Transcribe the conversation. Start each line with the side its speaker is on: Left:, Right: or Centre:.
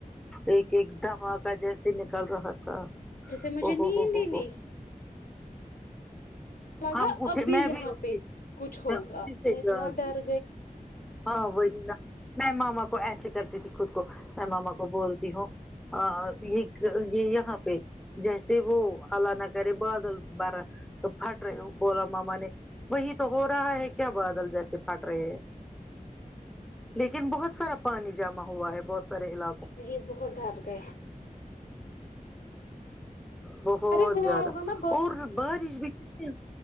Centre: ایک ایک دوا کا جیسے نکل رہا تھا
Left: جیسے مجھے
Centre: او ہو
Left: نیند
Centre: ہو ہو
Left: ہی
Centre: ہو
Left: نہیں لگا
Centre: ہم اٹھے
Left: اب
Centre: میں
Left: یہاں
Centre: بھی اٹھی
Left: پہ کچھ ہوگا
Centre: میں اسی سے
Left: میں اتنا
Centre: جاگ
Left: ڈر
Centre: گئی ہاں وہی نا میں ماما کو ایسے کرتی تھی خود کو میں ماما کو بولتی ہوں ه ہ یہ یہ یہاں پہ جیسے وہ اللہ نہ کرے بادل بارا تو پھٹ رہے ہو بولا ماما نے وہی تو ہو رہا ہے کہ کیا بادل جیسے پھٹ رہے ہے لیکن بہت سارا پانی جمع ہوا ہے بہت سارے علاقوں
Left: نہیں بہت ڈر گئے
Centre: بہت
Left: ارے ہوا
Centre: زیادہ
Left: ہوگا نا
Centre: اور بارش بھی کتنی